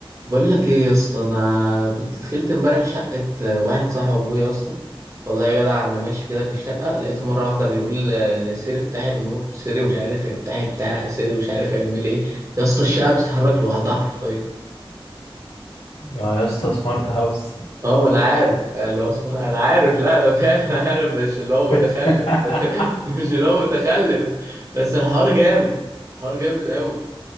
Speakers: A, on the right (about 35°); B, on the left (about 85°).
A: بقول لك ايه يا اسطى انا كنت دخلت امبارح شقه آه، واحد صاحب ابويا يا اسطى والله يا جدع انا ماشي كده في الشقه لقيته مره واحده بيقول آه، سيري افتحي النور سيري مش عارف افتحي بتاع سيري مش عارف يعمل ايه يا اسطى الشقه بتتحرك لوحدها حرفيا
B: اه يا اسطى سمارت هاوس
A: اه ما انا عارف اللي هو اصبر انا عارف لا انا فعلا <laughs> انا عارف مش اللي هو
B: <laughs>
A: متخلف <laughs> مش اللي هو متخلف بس الحوار جامد الحوار جامد قوي